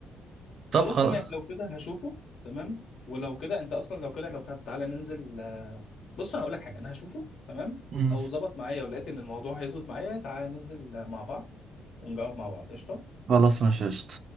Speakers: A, on the right (about 55°); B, on the left (about 65°).
A: طب
B: خلاص
A: خلاص
B: تمام لو كده هشوفه تمام ولو كده انت اصلا لو كده لو كده تعالى ننزل آه، بص انا هقول لك حاجه انا هشوفه تمام
A: مم.
B: لو ظبط معايا ولقيت ان الموضوع هيظبط معايا تعالى ننزل آه، مع بعض ونجرب مع بعض قشطه
A: خلاص مش قشطة